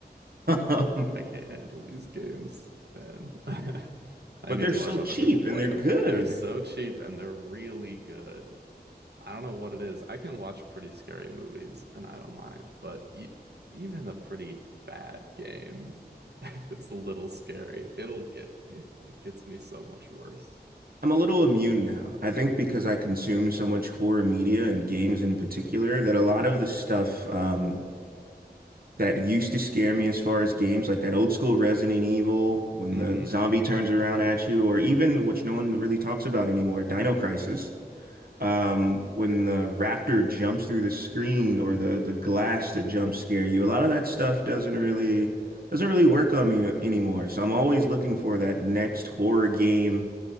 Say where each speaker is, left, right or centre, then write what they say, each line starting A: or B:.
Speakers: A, on the right; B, on the right.
A: Um,
B: I can't handle these games, man. <laughs> I
A: but
B: need
A: they're
B: to
A: so
B: watch other
A: cheap
B: people play
A: and they're
B: them.
A: good.
B: They're so cheap and they're really good. I don't know what it is. I can watch pretty scary movies and I don't mind, but e even a pretty bad game, <laughs> if it's a little scary, it'll get me. It gets me so much worse.
A: I'm a little immune now. I think because I consume so much horror media and games in particular that a lot of the stuff um that used to scare me as far as games, like that old school Resident Evil when
B: hmm
A: the zombie turns around at you, or even which no one really talks about anymore, Dino Crisis. Um, when the raptor jumps through the screen or the the glass to jump scare you, a lot of that stuff doesn't really doesn't really work on me anymore. So I'm always looking for that next horror game